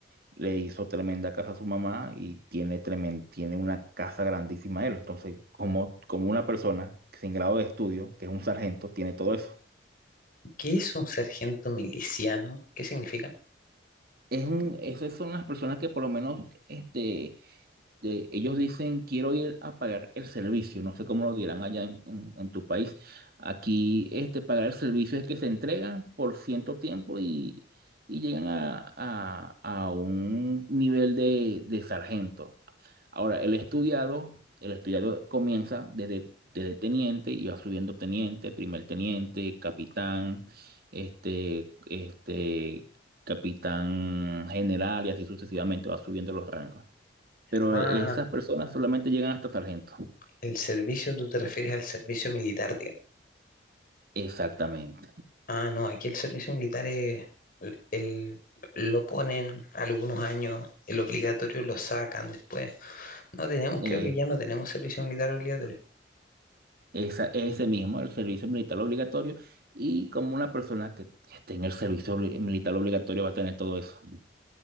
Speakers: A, on the right (about 50°); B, on the left (about 45°).
A: le hizo tremenda casa a su mamá y tiene, tremen- tiene una casa grandísima él. Entonces, como, como una persona sin grado de estudio, que es un sargento, tiene todo eso.
B: ¿Qué es un sargento miliciano? ¿Qué significa?
A: Es un, esas son las personas que por lo menos este, eh, ellos dicen, quiero ir a pagar el servicio, no sé cómo lo dirán allá en, en- en tu país. Aquí, este, pagar el servicio es que se entregan por cierto tiempo y, y llegan a, a- a un nivel de, de sargento. Ahora, el estudiado, el estudiado comienza desde, desde teniente y va subiendo teniente, primer teniente, capitán, este, este, capitán general y así sucesivamente va subiendo los rangos pero
B: Ah,
A: e, esas personas solamente llegan hasta sargento.
B: el servicio, tú te refieres al servicio militar,
A: Exactamente.
B: Ah, no, aquí el servicio militar es, el, el- lo ponen algunos años, el obligatorio lo sacan después. No tenemos,
A: Eh,
B: creo que ya no tenemos servicio militar obligatorio.
A: esa, ese mismo, el servicio militar obligatorio, y como una persona que esté en el servicio obli- militar obligatorio va a tener todo eso.